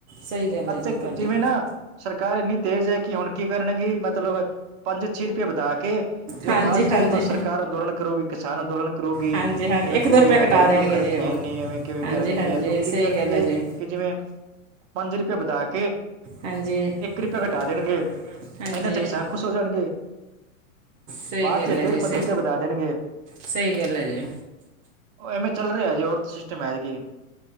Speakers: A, on the right; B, on the right.
A: ਸਈ ਗੱਲ ਐ ਜੀ।
B: ਚ
A: ਤੁਆਡੀ।
B: ਜਿਵੇਂ ਨਾ ਸਰਕਾਰ ਇੰਨੀ ਤੇਜ਼ ਐ। ਕੀ ਹੁਣ ਕੀ ਕਰਨਗੀ, ਮਤਲਬ ਪੰਜ, ਛੇ ਰੁਪਏ ਵਧਾ ਕੇ- ਜਿਵੇਂ
A: ਹਾਂਜੀ
B: ਬਾਦ ਚ,
A: ਹਾਂਜੀ
B: ਸਰਕਾਰ ਅੰਦੋਲਨ ਕਰੂਗੀ, ਕਿਸਾਨ ਅੰਦੋਲਨ ਕਰੂਗੀ।
A: ਹਾਂਜੀ ਹਾਂਜੀ
B: ਜਿਵੇਂ
A: ਇੱਕ
B: ਕਓਗੀ
A: ਦੋ ਰੁਪਇਆ
B: ਮਹਿੰਗਾਈ
A: ਘਟਾ ਦੇਣਗੇ
B: ਕਿਉਂ, ਕਰ ਰਖੀ
A: ਜੀ ਉਹ
B: ਏਨੀ। ਐਵੇਂ- ਕਿਵੇਂ
A: ਹਾਂਜੀ
B: ਕੇ ਰੱਖੀਏ।
A: ਹਾਂਜੀ
B: ਤੋ ਓ ਕੀ
A: ਸਹੀ
B: ਕਰਨਗੇ,
A: ਗੱਲ ਹੈ ਜੀ
B: ਕਿ ਜਿਵੇਂ ਪੰਜ ਰੁਪਏ ਵਧਾ ਕੇ-
A: ਹਾਂਜੀ-
B: ਇੱਕ ਰੁਪਇਆ ਘਟਾ ਦੇਣਗੇ
A: <inaudible> ਹਾਂਜੀ
B: ਇਹਨਾਂ ਚ ਕਿਸਾਨ ਖੁਸ਼ ਹੋ ਜਾਣਗੇ
A: ਸਈ
B: ਬਾਅਦ
A: ਗੱਲ
B: ਚ
A: ਐ
B: ਫਿਰ
A: ਜੀ। ਸਈ,
B: ਪੰਜ ਰੁਪਏ ਵਧਾ ਦੇਣਗੇ
A: ਸਈ ਗੱਲ ਐ ਜੀ।
B: ਓ ਐਵੇਂ ਚੱਲ ਰਿਆ ਜੀ। ਔਰ ਸਿਸਟਮ ਹੈ ਕੀ।